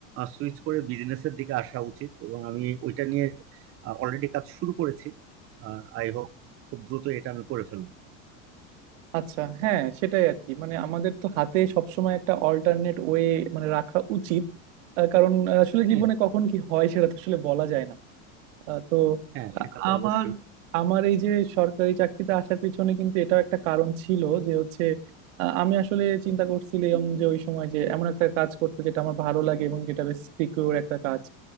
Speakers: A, on the right; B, on the right.
A: সুইচ করে বিজনেসের দিকে আসা উচিত এবং আমি ওইটা নিয়ে অলরেডি কাজ শুরু করেছি আই হোপ খুব দ্রুত এটা আমি করে ফেলবো
B: আচ্ছা হ্যাঁ সেটাই আর কি মানে আমাদের তো হাতে সবসময় একটা অল্টারনেট ওয়ে মানে রাখা উচিত আহ, কারণ আহ, আসলে জীবনে
A: হ্যাঁ
B: কখন কি হয় সেটা তো আসলে বলা যায় না আহ, তো
A: হ্যাঁ সেটা
B: আ-
A: তো
B: আমার
A: অবশ্যই
B: আমার এই যে সরকারি চাকরিতে আসার পিছনে কিন্তু এটাও একটা কারণ ছিল যে হচ্ছে আহ, আমি আসলে চিন্তা করছিলাম যে ওই সময় যে এমন একটা কাজ করতে যেটা আমার ভালো লাগে এবং যেটা বেশ সিকিউর একটা কাজ